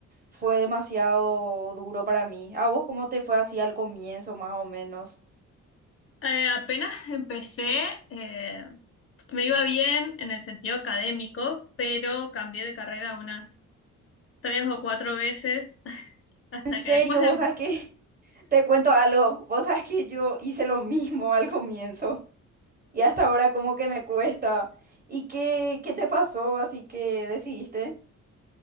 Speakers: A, on the right (about 30°); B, on the left (about 45°).
A: fue demasiado duro para mí. ¿A vos cómo te fue así al comienzo, más o menos?
B: Eh, apenas empecé, eh, me iba bien en el sentido académico, pero cambié de carrera unas tres o cuatro veces <laughs> hasta
A: En serio,
B: que después de...
A: vos sabés que <laughs> te cuento algo, vos sabés que yo hice lo mismo al comienzo y hasta ahora como que me cuesta. ¿Y qué, qué te pasó? Así que decidiste.